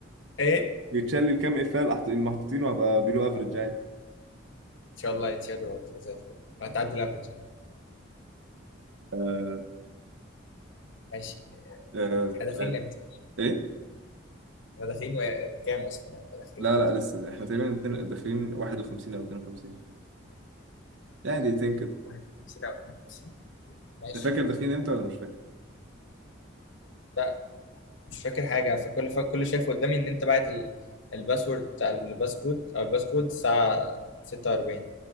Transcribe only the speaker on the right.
يتشلل كام افيه اللي حط- المحطوطين وابقى بيلو افريج عادي
آه،
آه،
مش عارف
ايه
لا
لا لسه احنا تقريبا اتنين- داخلين 51 او 52 يعني دقيقتين كده
انت فاكر داخلين امتى ولا مش فاكر